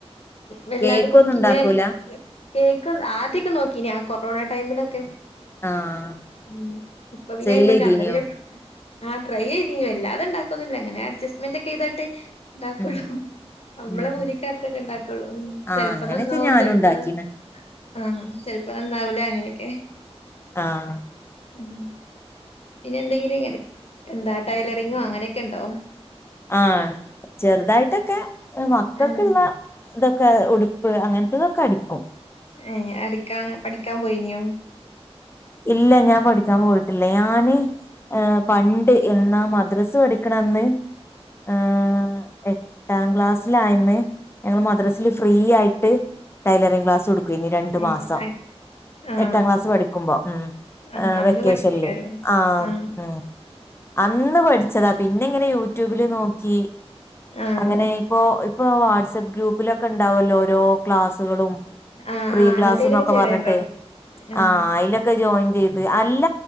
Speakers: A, on the left (about 65°); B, on the left (about 20°).
A: വല്ലാതെ
B: കേക്ക്
A: കുക്കിങ്
B: ഒന്നും ഉണ്ടാക്കൂല
A: കേക്ക് ആദ്യൊക്കെ നോക്കീന് കൊറോണ ടൈമിലക്കെ
B: ആഹ്
A: ഉ ഇപ്പൊ പിന
B: സെയിൽ
A: ഇമ
B: ചെയ്തീനിയോ
A: കന്ന പിന്ന <inaudible> ആ ടൈ ചെയ്തിരിക്കുംല്ലതും ഉണ്ടാക്കുന്നില്ല അങ്ങനെ അ്ജസ്റ്റ് മെന്റിക്കെ ഇത ഉണ്ടാക്കുള്ളൂ
B: ഉം
A: നമ്മള
B: ഉം
A: പൂരിക്കത്തൊക്കെ
B: ഉം
A: ഉണ്ടാക്കുള്ളൂ
B: ആഹ്
A: ചെിലപ്പോം
B: അങ്ങനെയൊക്കെ
A: നന്നാവും
B: ഞാനും
A: ചെിലപ്പോ
B: ഉണ്ടാക്കീണ്
A: ആ ചെിലപ്പോ നന്നാവൂലേ അങ്ങനെയൊക്കെ
B: ആഹ
A: ഉം പിന്നെ എന്തെങ്കിലും ഇങ്ങനെ എന്താ ടൈലറിങ്ങോ അങ്ങനെയൊക്കെ ഉണ്ടോ
B: ആഹ ചെറുതായിട്ടൊക്കെ മക്കൊക്കുള്ള
A: ഏഹ്
B: ഇത <inaudible> ഉടുപ്പ് അങ്ങനത്തതൊക്കെ അടിക്കും
A: ഏ അടിക്കാ പഠിക്കാൻ പോയിനോ
B: ഇല്ല ഞാൻ പഠിക്കാൻ പോയിട്ടില്ല ഞാന് ഏ പണ്ട് എ <unintelligible> മദ്രസ പഠിക്കണന്ന് ആഹ് <unintelligible> <unintelligible> ട്ടാം ക്ലാസ്സിലായ <unintelligible> ഞങ്ങള് മദ്രസ്സൈല് ഫ്രീ ആയിട്ട് ടെയ്‌ലറിങ് ക്ലാസ് <unintelligible> <unintelligible> ഇനി രണ്ടു
A: ഏഹ്
B: മാസം
A: ആഹ്
B: എട്ടാം ക്ലാസ് പഠിക്കുമ്പോ <unintelligible>
A: ആഹ് അന്ന്
B: വെക്കേഷനല്
A: പഠിച്ചേക്കാല്ലേ
B: ആ
A: ആഹ്
B: ഉം അന്ന് പഠിച്ചതാ പിന്നെ ഇങ്ങനെ യൂട്യൂബില് നോക്കി
A: ആഹ്
B: അങ്ങനെ ഇപ്പൊ ഇപ്പോ വാട്സ് ആപ്പ് ഗ്രൂപ്പില് ഒക്കെ ഉണ്ടാവല്ലോ ഓരോ ക്ലാസ്സുകളും
A: ആഹ്
B: ഫ്രീ
A: ആഹ്
B: ക്ലാസ്ന്നൊക്കെ
A: അങ്ങനത്തേലൊക്കെ ചേരേണ്ടോ
B: പറഞ്ഞിട്ട്
A: ഏഹ്
B: ആ അയില് ജോയിൻ ചെയ്ത് അല്ല